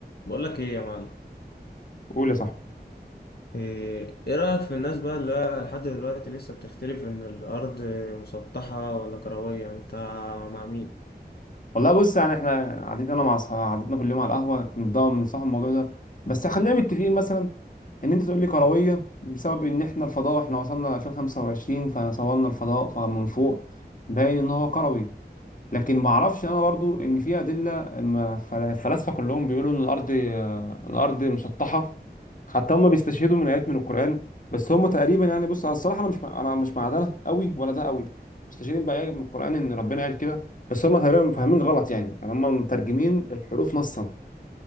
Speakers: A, on the left; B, on the left.
A: بقول لك ايه يا معلم
B: قول يا صاحبي
A: ايه إيه رأيك في الناس بقى اللي لحد دلوقتي لسه بتختلف ان الارض مسطحة ولا كروية انت مع مين
B: والله بص يعني احنا قعدتنا انا مع اصحابي قعدتنا كل يوم على القهوه كنت بنصحى الموضوع ده بس خلينا متفقين مثلا ان انت تقول لي كرويه بسبب ان احنا الفضاء احنا وصلنا 2025 فصورنا الفضاء فمن فوق باين ان هو كروي لكن ما اعرفش انا برضو ان في ادله الم- فل- الفلاسفه كلهم بيقولوا ان الارض آه، الارض مسطحه حتى هم بيستشهدوا من ايات من القران بس هم تقريبا يعني بص على الصراحه انا مش مع- انا مش مع ده قوي ولا ده قوي مستشهدين بايات من القران ان ربنا قال كده بس هم تقريبا فاهمين غلط يعني يعني هم مترجمين الحروف نصا